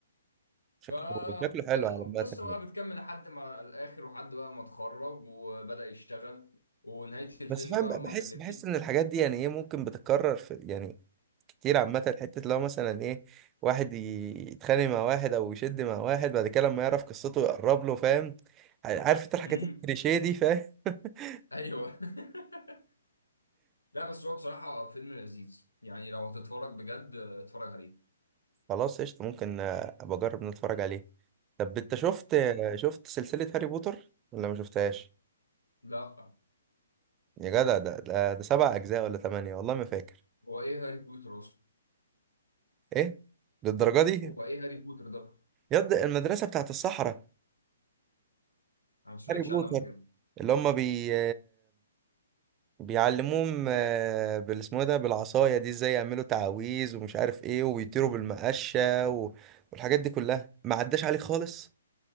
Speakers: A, on the right; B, on the left.
A: شكله
B: فالقصة
A: شكله حلو على عامه يعني
B: بقى بتكمل لحد ما الاخر وحد بقى ما اتخرج وبدأ يشتغل ونهاية الفيلم
A: بس فاهم
B: بقى
A: بقى،
B: هما
A: بحس
B: كان الاتنين
A: بحس ان الحاجات دي يعني ايه ممكن بتتكرر في يعني كتير عامه حته لو مثلا ايه واحد ي- يتخانق مع واحد او يشد مع واحد بعد كده لما يعرف قصته يقرب له فاهم عارف انت الحاجات
B: امم
A: الكليشيه دي فاهم <laughs>
B: ايوه <laughs> لا بس هو بصراحة فيلم لذيذ يعني لو هتتفرج بجد آه، اتفرج عليه
A: خلاص قشطه ممكن آه، ابقى اجرب نتفرج عليه طب انت شفت آه، شفت سلسله هاري بوتر ولا ما شفتهاش
B: لا
A: يا جدع ده ده, ده سبع اجزاء ولا ثمانيه والله ما فاكر
B: هو ايه هاري بوتر اصلا
A: ايه للدرجه دي
B: هو ايه هاري بوتر ده
A: يد المدرسة بتاعت الصحراء
B: انا ما سمعتش
A: هاري بوتر
B: عنه قبل كده
A: اللي هم بي بيعلموهم آه، بال اسمه إيه ده بالعصاية دي ازاي يعملوا تعاويذ ومش عارف ايه وبيطيروا بالمقشة و- والحاجات دي كلها ما عداش عليك خالص